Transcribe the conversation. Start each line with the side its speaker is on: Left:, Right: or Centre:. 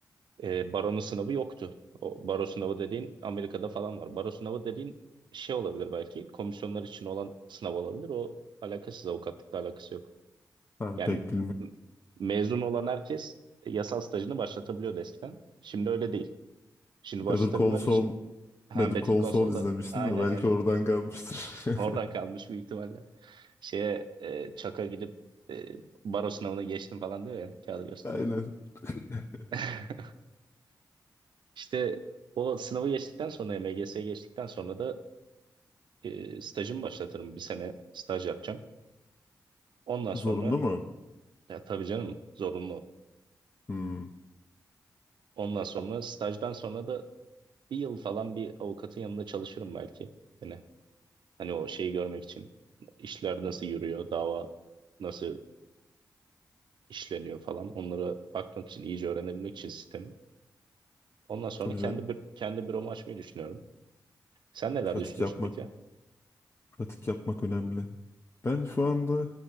Right: E, baronun sınavı yoktu. O baro sınavı dediğin Amerika'da falan var. Baro sınavı dediğin şey olabilir belki. Komisyonlar için olan sınav olabilir. O alakasız avukatlıkla alakası yok.
Left: Ha,
Right: Yani
Left: pek bilmiyorum.
Right: m- mezun olan herkes yasal stajını başlatabiliyordu eskiden. Şimdi öyle değil. Şimdi başlatabilmen
Left: Better Call Saul,
Right: için ha
Left: Better
Right: Better
Left: Call
Right: Call
Left: Saul
Right: Saul'da
Left: izlemiştim
Right: aynen
Left: de belki
Right: aynen.
Left: oradan kalmıştır.
Right: Oradan
Left: <laughs>
Right: kalmış büyük ihtimalle. Şeye e, çaka gidip e, baro sınavına geçtim falan diyor ya kağıdı gösteriyor.
Left: Aynen. <laughs>
Right: <laughs> İşte o sınavı geçtikten sonra MGS'ye geçtikten sonra da e, stajımı başlatırım. Bir sene staj yapacağım. Ondan sonra
Left: Zorunlu mu?
Right: ya tabii canım zorunlu.
Left: Hmm.
Right: Ondan sonra stajdan sonra da bir yıl falan bir avukatın yanında çalışırım belki. yine hani o şeyi görmek için işler nasıl yürüyor, dava nasıl işleniyor falan onlara bakmak için, iyice öğrenebilmek için sistemi. Ondan sonra
Left: Tabii
Right: kendi
Left: canım.
Right: bir, kendi büromu açmayı düşünüyorum. Sen neler
Left: Pratik
Right: düşünüyorsun
Left: yapmak
Right: peki?
Left: Pratik yapmak önemli. Ben şu anda